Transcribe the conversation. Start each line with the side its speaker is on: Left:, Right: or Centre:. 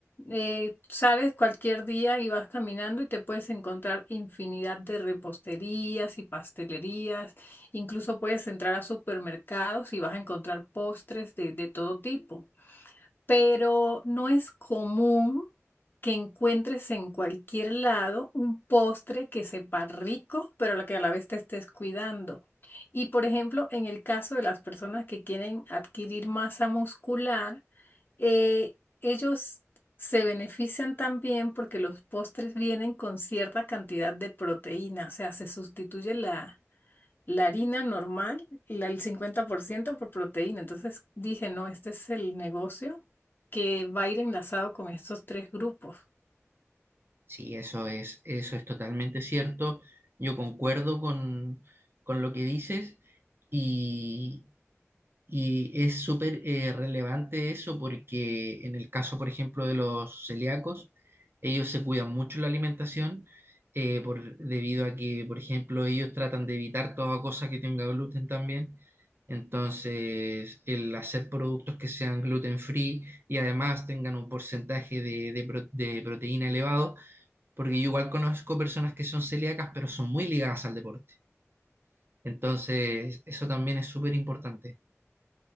Left: eh, sales cualquier día y vas caminando y te puedes encontrar infinidad de reposterías y pastelerías, incluso puedes entrar a supermercados y vas a encontrar postres de de todo tipo pero no es común que encuentres en cualquier lado un postre que sepa rico, pero lo que a la vez te estés cuidando. Y por ejemplo, en el caso de las personas que quieren adquirir masa muscular, eh, ellos se benefician también porque los postres vienen con cierta cantidad de proteína, o sea, se sustituye la la harina normal, la- el 50% por ciento por proteína. Entonces dije, no, este es el negocio que va a ir enlazado con estos tres grupos.
Right: Sí, eso es, eso es totalmente cierto. Yo concuerdo con, con lo que dices y Y es súper eh, relevante eso porque en el caso, por ejemplo, de los celíacos, ellos se cuidan mucho la alimentación eh, por, debido a que, por ejemplo, ellos tratan de evitar toda cosa que tenga gluten también. Entonces, el hacer productos que sean gluten free y además tengan un porcentaje de, de pro- de proteína elevado, porque yo igual conozco personas que son celíacas, pero son muy ligadas al deporte. Entonces, eso también es súper importante.